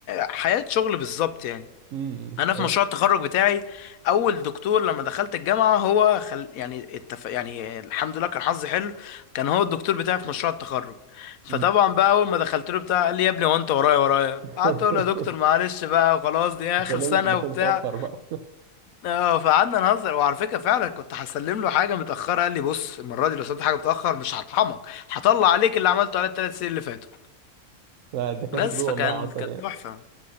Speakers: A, on the left; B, on the right.
A: حياة شغل بالظبط يعني
B: امم
A: انا
B: حقيقي
A: في مشروع التخرج بتاعي اول دكتور لما دخلت الجامعه هو خل... يعني التف... يعني الحمد لله كان حظي حلو كان هو الدكتور بتاعي في مشروع التخرج فطبعا
B: امم
A: بقى اول ما دخلت له بتاع قال لي يا ابني هو انت ورايا ورايا
B: <laughs>
A: قعدت اقول له يا دكتور معلش بقى خلاص دي اخر
B: سلم
A: سنه
B: لك المشروع
A: وبتاع
B: متأخر بقى <laughs>
A: اه فقعدنا نهزر وعلى فكره فعلا كنت هسلم له حاجه متاخره قال لي بص المره دي لو سلمت حاجه متاخر مش هطحنك هطلع عليك اللي عملته على الثلاث سنين اللي فاتوا
B: لا الدكاترة
A: بس
B: دول والله
A: فكان
B: عسل
A: كانت تحفه